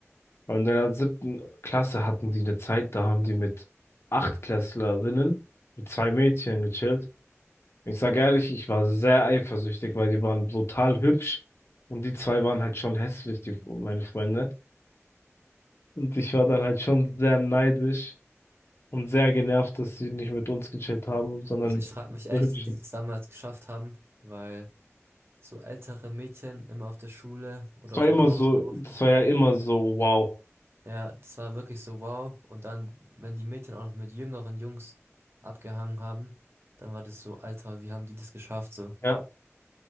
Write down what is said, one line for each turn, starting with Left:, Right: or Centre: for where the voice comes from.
Left: Und in der siebten Klasse hatten die eine Zeit, da haben die mit Achtklässlerinnen, mit zwei Mädchen gechillt. Ich sag ehrlich, ich war sehr eifersüchtig, weil die waren brutal hübsch und die zwei waren halt schon hässlich, die, meine Freunde. Und ich war dann halt schon sehr neidisch und sehr genervt, dass sie nicht mit uns gechillt haben, sondern
Right: Also
Left: mit
Right: ich frage mich echt,
Left: so hübschen.
Right: wie die das damals geschafft haben, weil so ältere Mädchen immer auf der Schule oder
Left: Es war
Right: auf
Left: immer
Right: dem Pausenhof
Left: so, das war ja immer so, wow.
Right: Ja, das war wirklich so wow. Und dann, wenn die Mädchen auch noch mit jüngeren Jungs abgehangen haben, dann war das so, Alter, wie haben die das geschafft so?
Left: Ja,